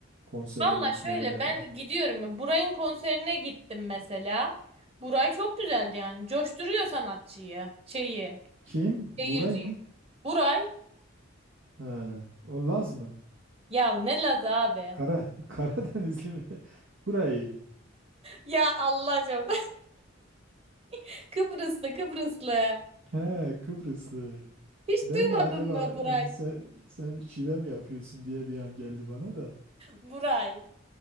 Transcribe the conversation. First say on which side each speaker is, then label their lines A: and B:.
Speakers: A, on the right; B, on the right.
A: Konsere
B: Valla
A: gitme
B: şöyle
A: veya
B: ben gidiyorum. ya, Buray'ın konserine gittim mesela. Buray çok güzeldi yani. Coşturuyor sanatçıyı. Şeyi.
A: kim? Buray
B: Seyirciyi.
A: mı?
B: Buray.
A: He, o Laz mı?
B: Ya ne Laz abi.
A: Kara,
B: <laughs>
A: <laughs> Karadenizli mi? Buray.
B: Ya Allah'ım. <laughs> Kıbrıslı Kıbrıslı.
A: He, Kıbrıslı.
B: Hiç
A: Ben
B: duymadın
A: de acaba
B: mı Buray?
A: yani sen, sen şive mi yapıyorsun diye bir an geldi bana da.
B: Buray.